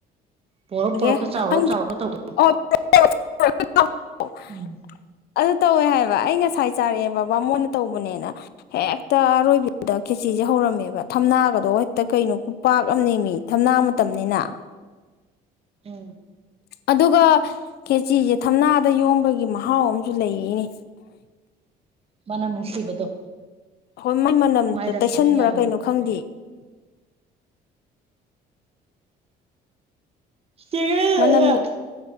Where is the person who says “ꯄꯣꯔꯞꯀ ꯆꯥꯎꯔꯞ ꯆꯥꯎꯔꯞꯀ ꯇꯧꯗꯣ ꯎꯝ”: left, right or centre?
Right